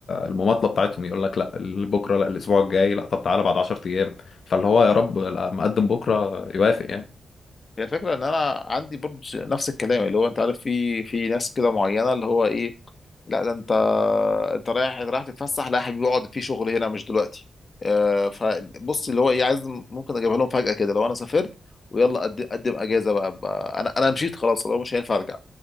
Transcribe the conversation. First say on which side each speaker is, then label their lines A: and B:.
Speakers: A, on the left; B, on the left.
A: المماطله بتاعتهم يقول لك لا بكره لا الاسبوع الجاي لا طب تعالى بعد 10 ايام فاللي هو يا رب لا، مقدم بكره يوافق يعني
B: هي الفكره ان انا عندي برضه نفس الكلام اللي هو انت عارف في في ناس كده معينه اللي هو ايه لا ده انت انت رايح رايح تتفسح لا يا حبيبي اقعد في شغل هنا مش دلوقتي آه، فبص اللي هو ايه عايز ممكن اجيبها لهم فجأة كده لو انا سافرت ويلا قدم قدم اجازه بقى, بقى انا انا مشيت خلاص لو مش هينفع ارجع